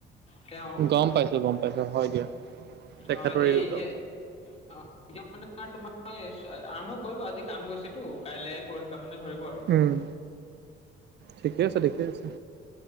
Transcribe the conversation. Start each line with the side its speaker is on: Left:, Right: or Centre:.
Left: তেওঁ
Right: গ'ম পাইছোঁ গ'ম পাইছোঁ হয় দিয়া। তেখেতৰ
Left: হয় এই
Right: এইটো
Left: এতিয়া এতিয়া মানে তোমাৰ আৰম্ভ কৰিব আজি কাম গৈছেতো কাইলে পৰহিপাৰ মানে ধৰিব আৰু।
Right: উম ঠিকে আছে, ঠিকেই আছে